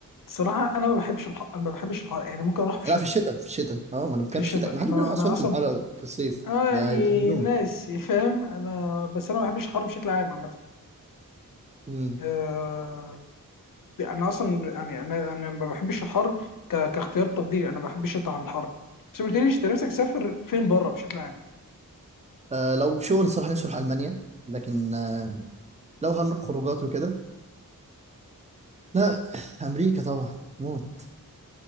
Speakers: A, on the left (about 70°); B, on the right (about 20°).
A: صراحة أنا ما بحبش الحر أنا ما بحبش الحر يعني ممكن أروح في الشتاء
B: لا في الشتاء في الشتاء اه ما انا بتكلم
A: في الشتاء
B: في الشتاء ما حدش
A: أنا
B: بيروح
A: أنا
B: أسوان
A: أصلا
B: في الحر في الصيف
A: أنا
B: ده
A: يعني
B: هيبقى مجنون
A: ناس <laughs> فاهم أنا بس أنا ما بحبش الحر بشكل عام عامة
B: مم.
A: آه، أنا أصلا يعني أنا أنا ما بحبش الحر ك- كاختيار تفضيلي أنا بحب الشتاء عن الحر بس ما قلتليش أنت نفسك تسافر فين بره بشكل عام
B: آه لو شغل الصراحة نفسي أروح ألمانيا لكن آه لو هنروح خروجات وكده لا امريكا طبعا موت